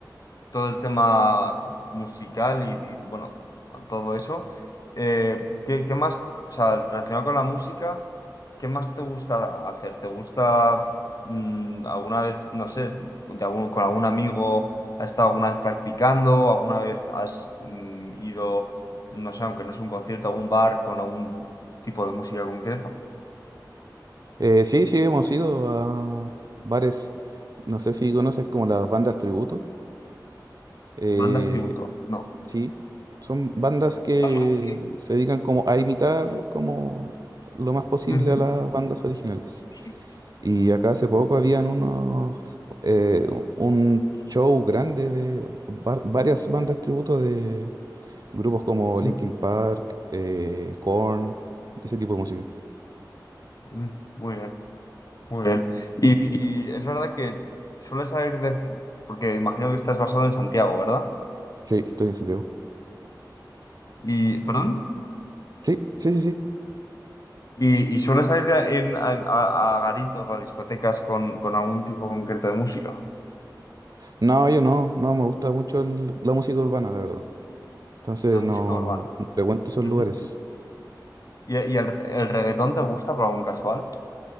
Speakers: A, on the left; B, on the right.
A: todo el tema musical y, y, bueno, todo eso, eh, ¿qué, qué más, o sea, relacionado con la música? ¿Qué más te gusta hacer? ¿Te gusta mm, alguna vez, no sé, de algún- con algún amigo has estado alguna vez practicando? ¿Alguna vez has mm, ido, no sé, aunque no sea un concierto, a algún bar con algún tipo de música concreto?
B: Eh, sí, sí, hemos ido a bares. No sé si conoces como las bandas tributo. Eh,
A: ¿Bandas tributo? No.
B: sí, son bandas que
A: Bandas que...
B: se dedican como a imitar como lo más posible
A: Ujú.
B: a las bandas originales.
A: <laughs>
B: Y acá hace poco habían unos, eh, un show grande de var- varias bandas tributo de grupos como
A: Sí.
B: Linkin Park, eh, Korn, de ese tipo de música.
A: Mm, Muy bien, muy bien. Y, y es verdad que suele salir de... Porque imagino que estás basado en Santiago, ¿verdad?
B: Sí, estoy en Santiago.
A: Y, ¿perdón?
B: Sí, sí, sí, sí.
A: ¿Y, y sueles ir en- a, a- a garitos o a discotecas con, con algún tipo concreto de música?
B: No, yo no, no me gusta mucho el- la música urbana, la verdad. Entonces
A: La música
B: no,
A: urbana.
B: no frecuento esos
A: Ujú.
B: lugares.
A: ¿Y, y el, el reggaetón te gusta por algún casual?